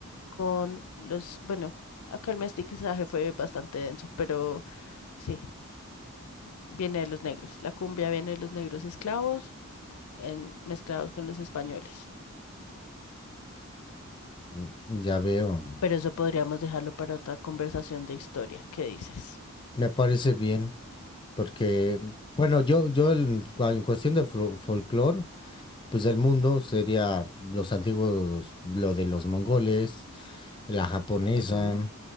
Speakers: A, on the left; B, on the left.
A: con los, bueno, acá el mestizaje fue bastante denso, pero sí, viene de los negros. La cumbia viene de los negros esclavos em, mezclados con los españoles.
B: Mm, Ya veo.
A: Pero eso podríamos dejarlo para otra conversación de historia. ¿Qué dices?
B: Me parece bien, porque, bueno, yo, yo en, cua- en cuestión de folclore, pues del mundo sería los antiguos, lo de los mongoles, la japonesa,
A: Ujú.